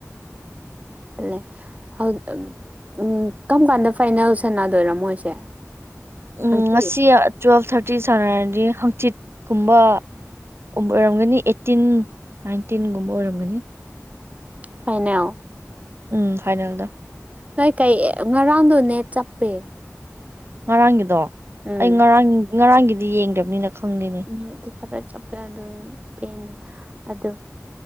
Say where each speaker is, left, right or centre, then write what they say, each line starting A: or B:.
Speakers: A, on the right; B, on the right.
A: ꯂꯩ ꯎꯝ ꯀꯔꯝ ꯀꯥꯟꯗ ꯐꯥꯏꯅꯦꯜ ꯁꯥꯟꯅꯗꯣꯏꯔꯥ ꯃꯣꯏꯁꯦ
B: ꯎꯝ
A: ꯍꯪꯆꯤꯠ
B: ꯉꯁꯤ ꯇꯨꯋꯦꯜꯐ ꯊꯥꯔꯇꯤ ꯁꯥꯟꯅꯔꯗꯤ ꯍꯥꯡꯆꯤꯠ ꯀꯨꯝꯕ ꯑꯣꯏꯔꯝꯒꯅꯤ ꯑꯩꯠꯇꯤꯟ ꯅꯥꯏꯟꯇꯤꯟꯒꯨꯝꯕ ꯑꯣꯏꯔꯝꯒꯅꯤ
A: ꯐꯥꯏꯅꯦꯜ
B: ꯎꯝ ꯐꯥꯏꯅꯦꯜꯗꯣ
A: ꯅꯣꯏ ꯀꯩ ꯉꯔꯥꯡꯗꯣ ꯅꯦꯠ ꯆꯞꯄꯦ
B: ꯉꯔꯥꯡꯒꯤꯗꯣ
A: ꯎꯝ
B: ꯑꯩ ꯉꯔꯥꯡ ꯉꯔꯥꯡꯒꯤꯗꯤ ꯌꯦꯡꯗꯕꯅꯤꯅ ꯈꯪꯗꯦꯅꯦ
A: ꯅꯦꯠꯇꯤ ꯈꯔ ꯆꯞꯄꯦꯗꯣ ꯄꯦꯟꯗꯦ ꯑꯗꯨ